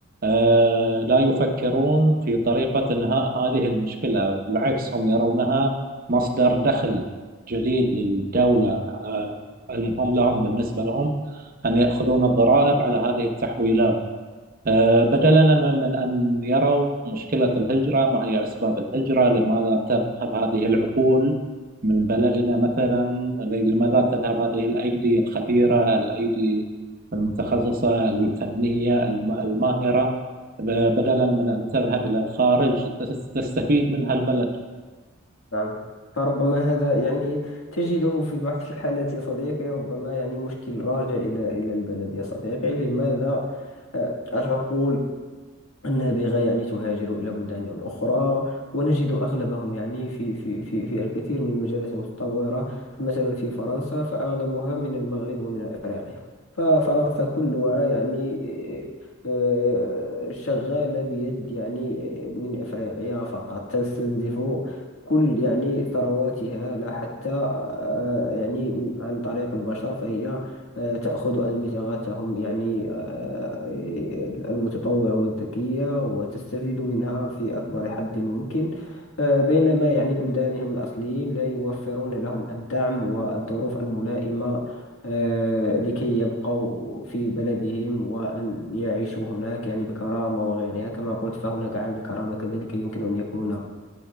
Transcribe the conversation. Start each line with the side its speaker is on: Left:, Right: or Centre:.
Right: آه، لا يفكرون في طريقة إنهاء هذه المشكلة بالعكس هم يرونها مصدر دخل جديد للدولة آه، المهم لهم بالنسبة لهم أن يأخذون الضرائب على هذه التحويلات آه، بدلا من أن يروا مشكلة الهجرة ما هي أسباب الهجرة لماذا تذهب هذه العقول من بلدنا مثلا لماذا تذهب هذه الأيدي الخبيرة الأيدي المتخصصة الفنية الم- الماهرة ب- بدلا من أن تذهب إلى الخارج تس- تستفيد منها البلد
Left: نعم فربما هذا يعني تجده في بعض الحالات يا صديقي ربما يعني مشكل راجع إلى إلى البلد يا صديقي لماذا آه، العقول النابغة يعني تهاجر إلى بلدان أخرى ونجد أغلبهم يعني في في في في الكثير من المجالات المتطورة فمثلا في فرنسا فأغلبها من المغرب ومن أفريقيا ففرنسا كلها يعني آه، شغالة بيد يعني من أفريقيا فقط تستنزف كل يعني ثرواتها لا حتى آه، يعني عن طريق البشر فهي آه، تأخذ أدمغتهم يعني آه، المتطورة والذكية وتستفيد منها في أكبر حد ممكن آه، بينما يعني بلدانهم الأصليين لا يوفرون لهم الدعم والظروف الملائمة آه، لكي يبقوا في بلدهم وأن يعيشوا هناك يعني بكرامة وغيرها كما قلت فهناك عامل الكرامة كذلك يمكن أن يكون